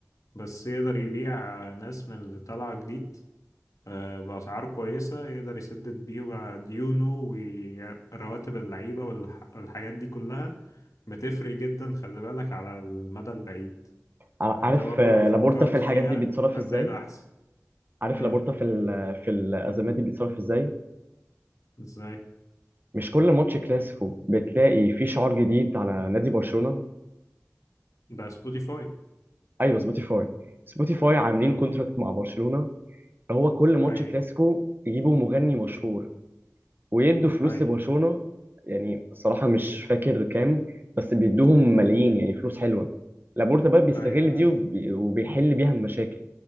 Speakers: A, on the left (about 80°); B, on the right (about 40°).
A: بس يقدر يبيع آه، ناس من اللي طالعة جديد آه بأسعار كويسة يقدر يسدد بيها ديونه ورواتب اللعيبة والح- والحاجات دي كلها بتفرق جدا خلي بالك على المدى البعيد
B: ع-
A: أنت
B: عارف
A: برضو
B: آه،
A: لو فكرت
B: لابورتا في الحاجات
A: فيها
B: دي بيتصرف
A: هتلاقي
B: إزاي؟
A: ده أحسن
B: عارف
A: امم
B: لابورتا في ال... في الأزمات دي بيتصرف إزاي؟
A: إزاي
B: مش كل ماتش كلاسيكو بتلاقي فيه شعار جديد على نادي برشلونة
A: ده سبوتيفاي
B: أيوه سبوتيفاي سبوتيفاي عاملين
A: امم
B: كونتراكت مع برشلونة هو كل ماتش
A: أي
B: كلاسيكو يجيبوا مغني مشهور ويدوا فلوس
A: أي
B: لبرشلونة يعني صراحة مش فاكر كام بس بيدوهم ملايين يعني فلوس حلوة لابورتا بقى بيستغل
A: أيوة عارف
B: دي وبي- وبيحل بيها المشاكل